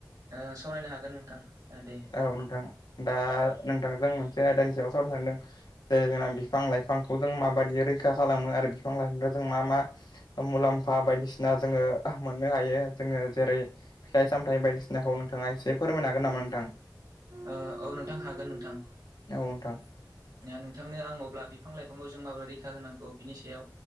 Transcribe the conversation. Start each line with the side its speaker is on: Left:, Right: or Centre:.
Right: ओ सावरायनो हागोन नोंथां। ओ दे
Left: औ नोथां। दा नोंथांजों मोनसे आयदानि सायाव सरनो सानदों जेरै जोंना बिफां लाइफांखौ जों माबायदि रै रैखा खालामो आरो बिफां लाइफांनो जों मा मा मुलाम्फा बायदिसिना जोङो मोननो हायो जोङो जेरै फिथाइ सामथाइ बायदिसिनाखौ नोंथाङा एसे फोरमायनो हागोन नामा नोंथां?
Right: ओ औ नोंथां हागोन नोंथां
Left: औ नोंथां
Right: ओ नोंथांनो आं अब्ला बिब। बिफां लाइफांखौ जों माबोरै रैखा होनांगौ बिनि सायाव